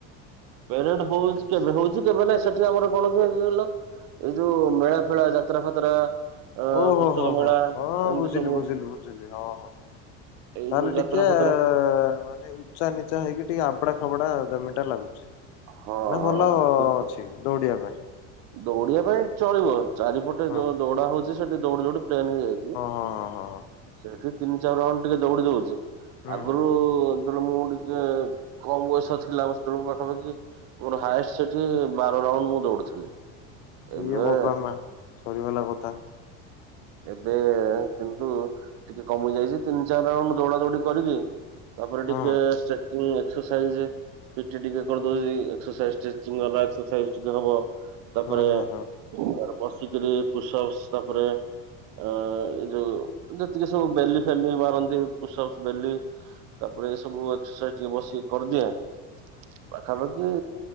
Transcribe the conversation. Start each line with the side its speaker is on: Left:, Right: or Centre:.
Right: ପେରେଡେ ହୋଉଛି କେବେ ହୋଉଚି କେବେ ନାଇ ସେଠି ଆମର କଣ କିହିଲ ଏଇ ଯୋଉ ମେଳା ଫେଳା ଯାତ୍ରା ଫାତ୍ରା ଅ
Left: ଓହୋ
Right: ପୁସ୍ତକ
Left: ହୋ
Right: ମେଳା
Left: ହୋ ହଁ
Right: ଏମିତି
Left: ବୁଝିଲି
Right: ସବୁ
Left: ବୁଝିଲି ବୁଝିଲି ହଁ ହଁ ହଁ ହଉ
Right: ଏଇ
Left: ତାହେଲେ
Right: ଯୋଉ
Left: ଟିକେ
Right: ଯାତ୍ରା
Left: ଆ
Right: ଫାତ୍ରା
Left: ମାନେ ଉଚ୍ଚା ନିଚା ହେଇକି ଟିକେ ଆବଡା ଖାବଡା ଜମି ଟା ଲାଗୁଛି।
Right: ହଁ
Left: ନା
Right: ହଁ
Left: ଭଲ
Right: ବୁଝିଲି
Left: ଅଛି ଦୌଡିବା ପାଇଁ।
Right: ଦୌଡିବା ପାଇଁ ଚଳିବ ଚାରିପଟେ
Left: ହଁ
Right: ଯୋଉ
Left: ହଁ
Right: ଦୌଡା ହୋଉଚି ସେଠି ଦୌଡି ଦୌଡି ଟେନ ହେଇଯାଇଛି
Left: ହଁ ହଁ ହଁ ହଁ
Right: ସେଠି ତିନି ଚାରି ରାଉଣ୍ଡୁ ଟିକେ ଦୌଡି ଦୋଉଚି
Left: ହୁଁ
Right: ଆଗରୁ
Left: ହୁଁ।
Right: ଯେତେବେଳେ ମୁଁ ଟିକେ କମ ବୟସ ଥିଲା ବ ସେତେବେଳେ ମୁଁ ପାଖାପାଖି ମୋର ହାଏଷ୍ଟେ ସେଠି ବାର ରାଉଣ୍ଡୁ ମୁଁ ଦୌଡିଥିଲି। ଏବେ
Left: ଇଏ ବୋପ ମା ସରି ଗଲା କଥା।
Right: ଏବେ କିନ୍ତୁ ଟିକେ କମି ଯାଇଚି ତିନି ଚାରି ରାଉଣ୍ଡ ଦୌଡା ଦୌଡି କରିକି ତାପରେ
Left: ହଁ
Right: ଟିକେ ଚେକିଂ ଏକ୍ସ ଟୋ ସାଇଯେ ପି ଟି ଟିକେ କରିଦଉଯି ଏକ୍ସରସାଇଜ ଷ୍ଟ୍ରେଚିଂ ଏକ୍ସରସାଇଜ ଟିକେ ହବ ତାପରେ
Left: ହଁ ହଁ ହଁ
Right: ମୁଁ ମୋର ବସିକରି ପୁଷପ୍ସ ତାପରେ ଅ ଏ ଯୋଉ ଯେତିକି ସବୁ ବେଲି ଫେଲି ମାରନ୍ତି ପୁ ବେଲି ତାପରେ ଏଇ ସବୁ ଏକ୍ସରସାଇଜ ଟିକେ ବସିକ କରିଦିଏ ପାଖାପାଖି